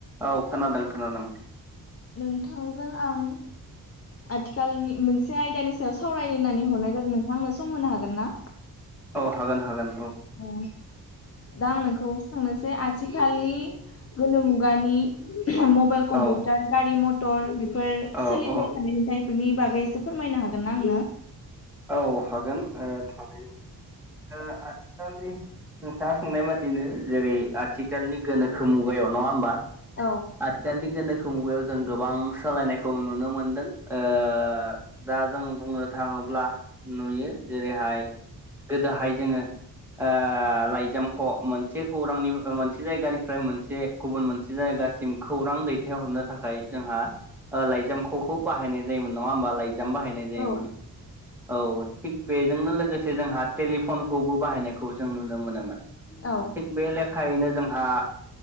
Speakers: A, in the centre; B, on the left.
A: औ खोनादों खोनादों।
B: नोंथांजों आं आथिखालनि मोनसे आयदानि सायाव सावरायनो होननानै हरनाय जादों नोंथां आंनो सम होनो हागोन ना?
A: औ हागोन हागोन
B: औ दा आं नोंखौ सोंनोसै आथिखालनि गोनो मुगानि मबाइल, कम्पिउटार,
A: औ
B: गारि मथर बेफोर
A: औ
B: सोलिबाय
A: औ
B: थानाय फोरनि बागै एसे फोरमायनो हागोन ना आंनो।
A: औ हागोन थानायनो आथिखालनि खोथा सोंनाय बादिनो जेरै आथिखालनि गोनोखो मुगायाव नङा होमबा।
B: औ
A: आथिखालनि गोनो मुगायाव जों गोबां सालायनायखौ नुनो मोनदों। ओ दा जों बुंनो थाङोब्ला नुयो जेरैहाय गोदोहाय जोङो ओ लाइजामखौ मोनसे खौरांनि मोनसे जायगानिफ्राय मोनसे गुबुन मोनसे जायगा दासिम खौरां दैथाय हरनो थाखाय जोंहा ओ लाइजामखौखौ बाहायनाय जायोमोन नङा होबा लाइ जाम बाहायनाय जायोमोन
B: औ
A: औ थिग बेजोंनो लोगोसे जोंहा टेलिफनखौबो बाहायनायखौ जों नुनो मोनोमोन
B: औ
A: थिग बे लेखायैनो जोंहा